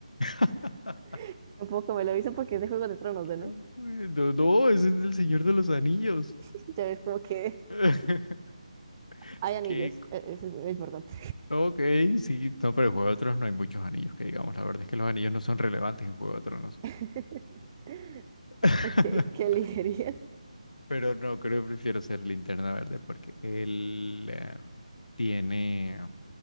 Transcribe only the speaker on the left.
<laughs>
Qué
bueno. No, ese es el Señor de los Anillos.
<laughs>
Qué co-
Ok, sí, no, pero en Juego de Tronos no hay muchos anillos que digamos. La verdad es que los anillos no son relevantes en Juego de Tronos.
<laughs>
Pero no, creo que prefiero ser Linterna Verde porque él eh, tiene